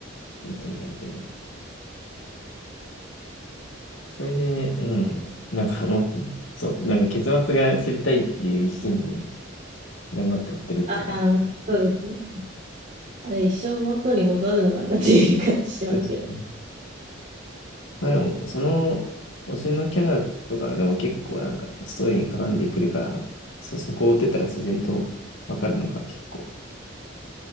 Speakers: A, on the left; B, on the right.
A: 本当に本当に。それでね、うん、なんかもう、そう、なんか結末が知りたいっていう一心で頑張って追ってるっていう感じ
B: あーまあそうですねあれ一生元に戻るのかなっていう感じしますけど
A: ですね。まあでも、その推しのキャラとかでも結構なんかストーリーに絡んでくるから、そ、そこを追ってたら自然とわかるのが結構。